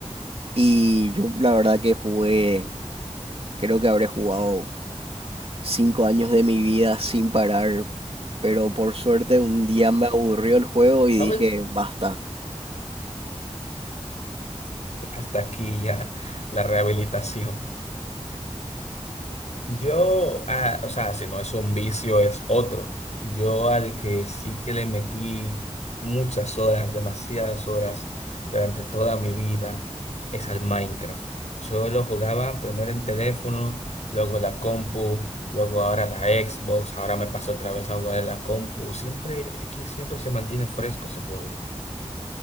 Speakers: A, on the right; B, on the left.
A: Y yo la verdad que jugué Creo que habré jugado cinco años de mi vida sin parar, pero por suerte un día me aburrió el juego
B: ¿Sabes?
A: y dije, basta.
B: Hasta aquí ya la rehabilitación. Yo, ah, o sea, si no es un vicio, es otro. Yo al que sí que le metí muchas horas, demasiadas horas durante toda mi vida, es al Minecraft. Yo lo jugaba primero en teléfono, luego la compu, luego ahora la Xbox, ahora me pasé otra vez a jugar en la compu. Siempre, es que siempre se mantiene fresco ese juego.